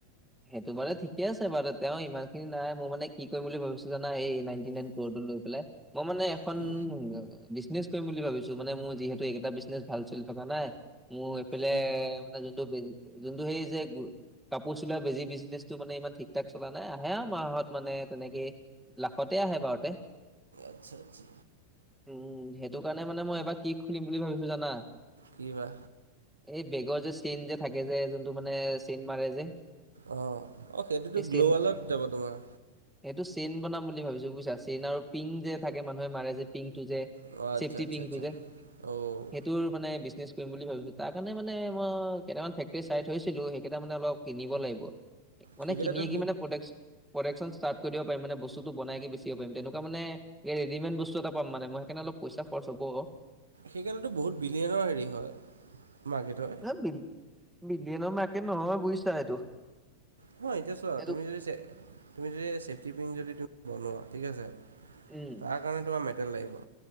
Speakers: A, in the centre; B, on the right.
A: সেইটো বাৰু ঠিকে আছে বাৰু তেওঁ ইমান খিনি নাই মই মানে কি কৰিম বুলি ভাবিছো জানা এই নাইন্নী নাইন কৰৰটো লৈ পেলাই। মই মানে এখন
B: কি
A: বিজনেচ কৰিম বুলি ভাবিছো, মানে মোৰ যিহেতু এইকেইটা বিজনেছ ভাল চলি থকা নাই মোৰ এইফালে
B: কি
A: মানে যোনটো যোনটো সেই যে কাপোৰ, বেজি বিজনেছটো মানে ইমান ঠিক ঠাক চলা নাই আহে মাহত মানে তেনেকে, লাখতে আহে এবাৰতে।
B: আচ্ছা, আচ্ছা।
A: উম, সেইটো কাৰণে মানে মই এবাৰ কি খুলিম বুলি ভাবিছো জানা?
B: কি বা?
A: এই বেগৰ যে চেইন যে থাকে যে, যোনটো মানে চেইন মাৰে যে।
B: অ', অ' সেইটোতো
A: সেই চেইন
B: গ্ল'ৱেলত যাব তোমাৰ।
A: এইটো চেইন বনাম বুলি ভাবিছো বুজছা, চেইন আৰু পিংক যে থাকে মানুহে মাৰে যে পিংকটো যে।
B: অ'
A: ছেফটি
B: আচ্ছা আচ্ছা
A: পিংটো
B: আচ্ছা
A: যে,
B: অ'
A: সেইটোৰ মানে বিজনেছ কৰিম বুলি ভাবিছো, তাৰ কাৰণে মানে মই কেইটামান ফেক্টৰী চাই থৈছিলো সেইকেইটা মানে অলপ কিনিব লাগিব। মানে
B: সেইকেইটাতো
A: কিনিয়ে কি মানে প্ৰডাক প্ৰডাকশন ষ্টাৰ্ট দিব পাৰিম, মানে বস্তুটো বনাকে বেচিব পাৰিম। তেনেকুৱা মানে এই ৰেডিমেড বস্তু এটা পাম মানে মই সেইকাৰণ অলপ পইচা খৰচ হব।
B: সেইকাৰণেতো বহুত বিলিয়নৰৰ হেৰি হয়, মাৰ্কেট হয়।
A: এ বিল-বিলিয়নৰ মাৰ্কেট নহয় বুজিছা এইটো।
B: নহয় এতিয়া চোৱা,
A: এইটো
B: তুমি যদি তুমি যদি ছেফটি পিন যদি বনোৱা, ঠিক আছে
A: উম।
B: তাৰ কাৰণে তোমাৰ মেটেল লাগিব,